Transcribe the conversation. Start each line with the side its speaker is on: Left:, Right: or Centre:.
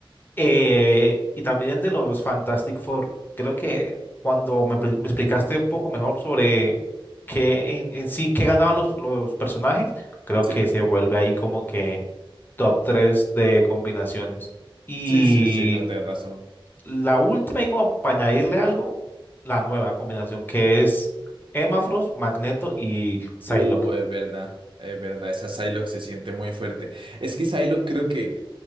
Left: Eh, y también el de los Fantastic Four. Creo que cuando me, pl- me explicaste un poco mejor sobre qué en, en sí qué ganaban los, los personajes, creo
Right: Sí,
Left: que se vuelve ahí como que top 3 de combinaciones. Y
Right: sí, sí, sí, no tenés razón.
Left: la última, y como para añadirle algo, la nueva combinación que es Emma Frost, Magneto y Psylocke.
Right: Uh, es verdad, es verdad. Esa Psylocke se siente muy fuerte. Es que Psylocke creo que,